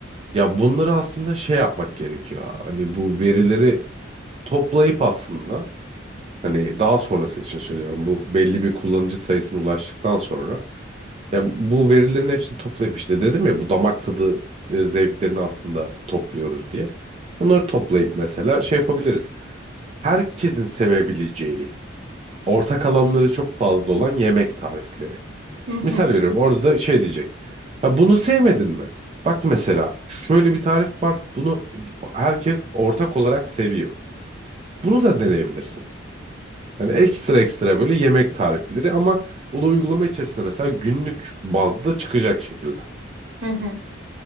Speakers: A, on the right; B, on the right.
A: Ya bunları aslında şey yapmak gerekiyor. Hani bu verileri toplayıp aslında hani daha sonrası için söylüyorum. Bu belli bir kullanıcı sayısına ulaştıktan sonra yani bu verilerin hepsini toplayıp işte dedim ya bu damak tadı e, zevklerini aslında topluyoruz diye. Bunları toplayıp mesela şey yapabiliriz. Herkesin sevebileceği ortak alanları çok fazla olan yemek tarifleri.
B: Hı hı.
A: Misal veriyorum orada da şey diyecek. Ha bunu sevmedin mi? Bak mesela şöyle bir tarif var. Bunu herkes ortak olarak seviyor. Bunu da deneyebilirsin. Yani ekstra ekstra böyle yemek tarifleri ama o da uygulama içerisinde mesela günlük bazda çıkacak şekilde.
B: Hı hı.